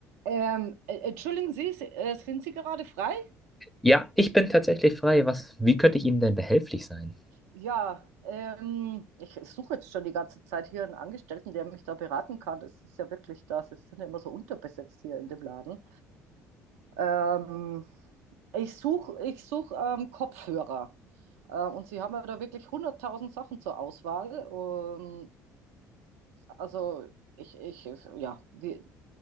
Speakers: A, on the right; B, in the centre.
A: Ähm, äh, entschuldigen Sie, Sie- äh, sind Sie gerade frei?
B: Ja, ich bin tatsächlich frei. Was, wie könnte ich Ihnen denn behilflich sein?
A: Ja, ähm, ich, ich suche jetzt schon die ganze Zeit hier einen Angestellten, der mich da beraten kann. Es ist ja wirklich das, es sind ja immer so unterbesetzt hier in dem Laden. Ähm, ich suche ich such, ähm, Kopfhörer. Äh, und Sie haben ja da wirklich hunderttausend Sachen zur Auswahl. Ähm, also ich, ich, ja, wie,